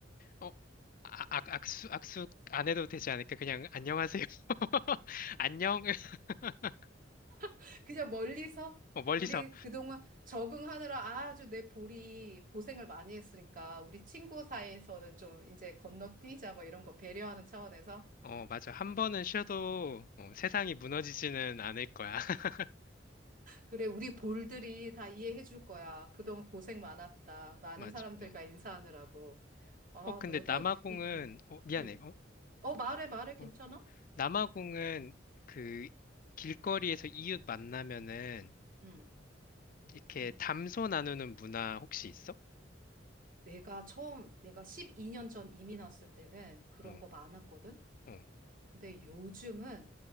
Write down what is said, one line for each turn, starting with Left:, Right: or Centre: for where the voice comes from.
Left: 어, 아, 악, 악수, 악수 안 해도 되지 않을까? 그냥, 안녕하세요. <laughs> 안녕. <laughs>
Right: <laughs> 그냥 멀리서?
Left: 어, 멀리서.
Right: 우리 그동안 적응하느라 아주 내 볼이 고생을 많이 했으니까 우리 친구 사이에서는 좀 이제 건너뛰자 뭐 이런 거 배려하는 차원에서.
Left: 어, 맞아. 한 번은 쉬어도 어, 세상이 무너지지는 않을 거야. <laughs>
Right: 그래, 우리 볼들이 다 이해해 줄 거야. 그동안 고생 많았다. 많은
Left: 맞아.
Right: 사람들과
Left: 음.
Right: 인사하느라고. 아,
Left: 어, 근데
Right: 너도
Left: 남아공은,
Right: 이 음.
Left: 어, 미안해.
Right: 음.
Left: 어?
Right: 어, 말해, 말해. 괜찮아?
Left: 어. 남아공은 그 길거리에서 이웃 만나면은
Right: 음.
Left: 이렇게
Right: 음.
Left: 담소 나누는 문화 혹시 있어?
Right: 내가 처음, 내가 12년 전 이민 왔을 때는 그런
Left: 어,
Right: 거 많았거든?
Left: 어.
Right: 근데 요즘은